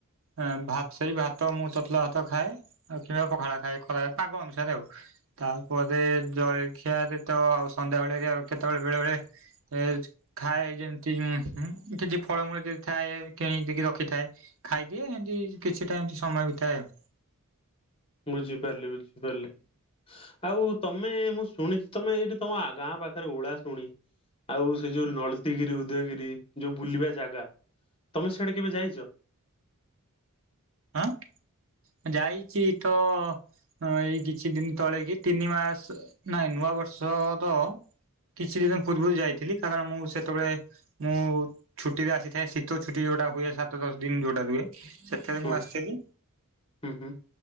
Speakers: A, on the right; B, on the left.
A: ଅ ଭାତ ସେଇ ଭାତ ମୁଁ ତତଲା ଭାତ ଖାଏ। ଆଉ କିମ୍ବା ପଖାଳ ଖାଏ ଖରାଆଳେ ପାଗ ଅନୁସାରେ ଆଉ। ତାପରେ ଜଳଖିଆରେ ତ ଆଉ ସନ୍ଧ୍ୟାବେଳେ <unintelligible> କେତେବେଳେ ବେଳେବେଳେ ଏ ଖାଏ ଯେମିତି ଉଁ ହୁଁ କିଛି ଫଳମୂଳ ଯଦି ଥାଏ କିଣକି ଟିକେ ରଖିଥାଏ ଖାଇଦିଏ ଏମିତି କିଛି ଟା ଏମତି ସମୟ ବିତାଏ ଆଉ।
B: ବୁଝିପାରିଲି ବୁଝିପାରିଲି। ଆଉ ତମେ ମୁଁ ଶୁଣିଛି ତମେ ଏଇଠି ତମ ଆ ଗାଁ ପାଖରେ ଓଳାଶୁଣି। ଆଉ ସେ ଯୋଉ ନଳତିଗିରି ଉଦୟଗିରି, ଯୋଉ ବୁଲିବା ଜାଗା ତମେ ସେଇଆଡେ କେବେ ଯାଇଛ?
A: ଆଁ ଯାଇଛି ତ ହଁ ଏଇ କିଛି ଦିନ ତଳେ କି ତିନି ମାସ ନାଇଁ ନୂଆ ବର୍ଷ ର କିଛି ଦିନ ପୂର୍ବରୁ ଯାଇଥିଲି କାରଣ ମୁଁ ସେତେବେଳେ ମୁଁ ଛୁଟିରେ ଆସିଥାଏ ଶୀତ ଛୁଟି ଯୋଉଟା ହୁଏ ସାତ ଦଶ ଦିନ ଯୋଉଟା ରୁହେ ସେତେବେଳେ
B: ହୁଁ
A: ମୁଁ ଆସଥେଲି
B: ହୁଁ ହୁଁ